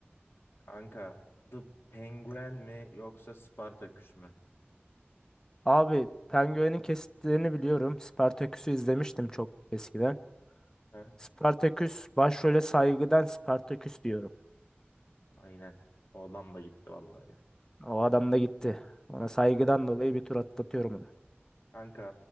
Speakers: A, on the left; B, on the left.
A: Anka The Penguin mi yoksa Spartaküs mü?
B: <laughs> Abi Penguin'in kesitlerini biliyorum. Spartaküs'ü izlemiştim çok eskiden.
A: He?
B: Spartaküs başrole saygıdan Spartaküs diyorum.
A: Aynen. O adam da gitti vallahi ya.
B: O adam da gitti. Ona saygıdan dolayı bir tur atlatıyorum onu.
A: Anka